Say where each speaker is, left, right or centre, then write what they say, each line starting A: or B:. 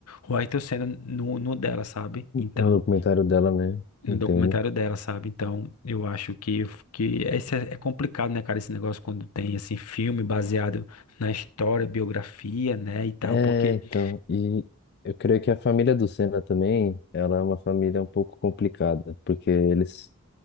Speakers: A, on the left (about 85°); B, on the left (about 45°).
A: o Ayrton Senna no, no dela, sabe, então,
B: No documentário dela, né?
A: no
B: Entendo.
A: documentário dela, sabe, então, eu acho que, que esse é, é complicado, né, cara, esse negócio quando tem, assim, filme baseado na história, biografia, né, e tal,
B: É,
A: porque,
B: então, e eu creio que a família do Senna também, ela é uma família um pouco complicada, porque eles